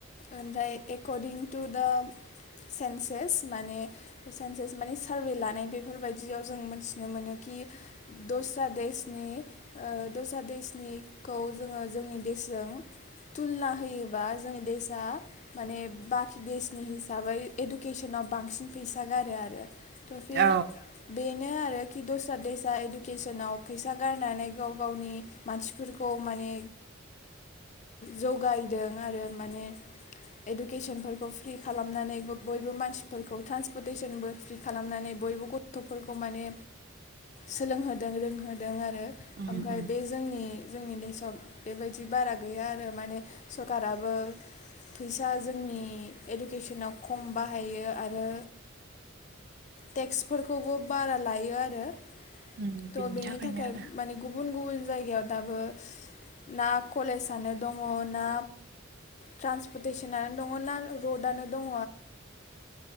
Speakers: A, on the left; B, on the right.
A: ओमफ्राय एकरडिं टु दा सेन्सेस माने न्सेस माने सारभे लानाय बेफोरबायदियाव जों मोन मोनोखि दस्रा देसनि ओ दस्रा देसनिखौ जोङो जोंनि देशजों थुलना होयोबा जोंनि देसाआ माने बाखि देशनि हिसाबै इडुकेसनाव बांसिन फैसा गारो आरो थ' फिर
B: औ
A: बेनो आरो कि दस्रा दैसा इडुकेसनाव फैसा गारनानै गाव गावनि मानसिफोरखौ माने जगायदों आरो माने इडुकेसनफोरखौ फ्रि खालामनानै बयबो मानसिफोरखौ ट्रान्सपर्टेसनबो फ्रि खालामनानै बयबो बे गथ'फोरखौ माने सोलोंहोदों रोंहोदों आरो
B: उम
A: ओमफ्राय
B: उम
A: बे जोंनि जोंनि देसआव बेबायदि बारा गैया आरो माने सरकाराबो फैसा जोंनि इडुकेसनाव खम बाहायो आरो टेक्सफोरखौबो बारा लायो आरो
B: उम
A: त
B: बिनि
A: बेनि
B: थाखायनो
A: थाखाय
B: आरो
A: माने गुबुन गुबुन जायगायाव दाबो ना कलेजनो दङ ना ट्रान्सपटेसनानो दङ ना रडानो दं